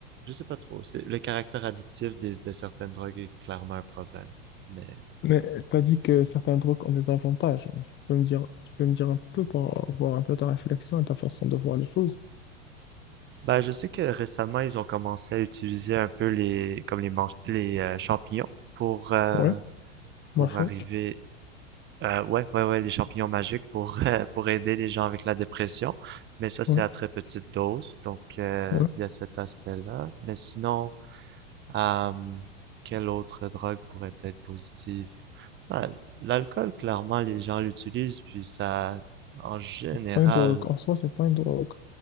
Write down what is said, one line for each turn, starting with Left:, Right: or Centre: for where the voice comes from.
Right: je sais pas trop. C'est le caractère addictif des- de certaines drogues est clairement un problème. Mais
Left: Mais t'as dit que certains drogues ont des avantages. Donc, Tu peux me dire, tu peux me dire un peu pour voir un peu ta réflexion et ta façon de voir les choses.
Right: ben je sais que récemment, ils ont commencé à utiliser un peu les comme les manch- les euh, champignons pour euh,
Left: Ouais,
Right: pour
Left: moi chaud.
Right: arriver euh, ouais, ouais, ouais, les champignons magiques pour <laughs> euh, pour aider les gens avec la dépression. Mais ça, c'est
Left: Ouais,
Right: à très petite dose, donc euh,
Left: ouais.
Right: il euh, y a cet aspect-là. Mais sinon, Hum... Quelle autre drogue pourrait être positive? Ah, l'alcool, clairement, les gens l'utilisent, puis ça, en général...
Left: C'est pas une drogue. En soi, c'est pas une drogue.